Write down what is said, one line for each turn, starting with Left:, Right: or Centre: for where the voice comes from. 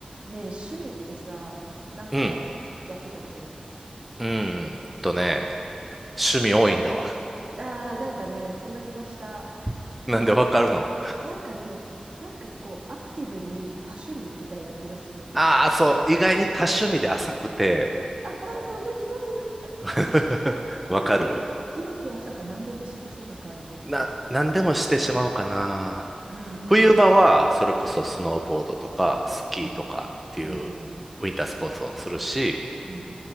Right: ねえ、趣味ってさ、なんかやってたりする
Centre: うん。うーんとね、趣味多いんだわ。
Right: ああー、なんかね、そんな気がした。
Centre: <laughs> なんでわかるの
Right: なんかね、なんかこう、アクティブに多趣味みたいな気がする。
Centre: ああ、そう。意外に多趣味で浅くて、
Right: ああー、そんな気がする。
Centre: <laughs> わかる。
Right: でもこう、広く浅く何でも知ってそうな感じ。
Centre: な、何でもしてしまうかな。
Right: うん、うん、
Centre: 冬場は、それこそスノーボードとか、
Right: うん、
Centre: スキーとかっていうウィンタースポーツをするし、
Right: うん、うん、うん、うん。